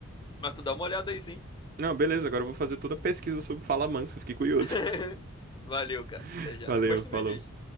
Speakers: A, on the left; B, on the right.
A: Mas tu dá uma olhada aí, sim.
B: Não, beleza, agora eu vou fazer toda a pesquisa sobre Fala Mansa. Fiquei curioso.
A: <laughs> Valeu, cara.
B: <laughs>
A: Até já.
B: Valeu,
A: Depois tu
B: falou.
A: me diz.